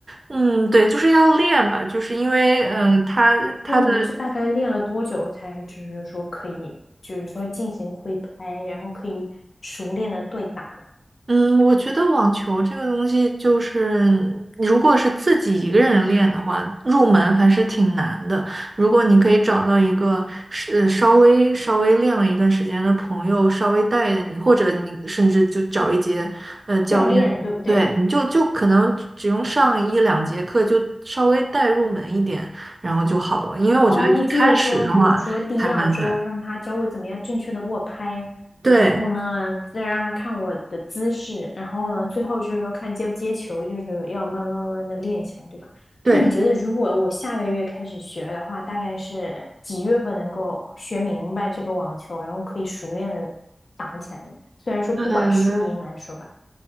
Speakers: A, on the right; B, on the left.
A: 嗯，对，就是要练吧，就是因为，嗯、他他的
B: 那你们是大概练了多久才，就是说可以，就是说进行挥拍，然后可以熟练的对打呢？
A: 嗯，我觉得网球这个东西，就是如果是自己一个人练的话，入门还是挺难的。如果你可以找到一个是呃稍微稍微练了一段时间的朋友，稍微带着你，或者你甚至就找一节呃教练，
B: 教练对不对？
A: 对，你就就可能只用上一两节课，就稍微带入门一点，然后就好了。因为我觉得一开始的话还蛮难。
B: 哦，就是说，比如说第二周让他教我怎么样正确的握拍，
A: 对
B: 然后呢，再让他看我的姿势，然后呢，最后就是说看接不接球，就是要慢慢慢慢的练起来，对吧？
A: 对。
B: 那你觉得如果我下个月开始学的话，大概是几月份能够学明白这个网球，然后可以熟练的打起来呢？虽然说不管输赢来说吧。
A: 嗯，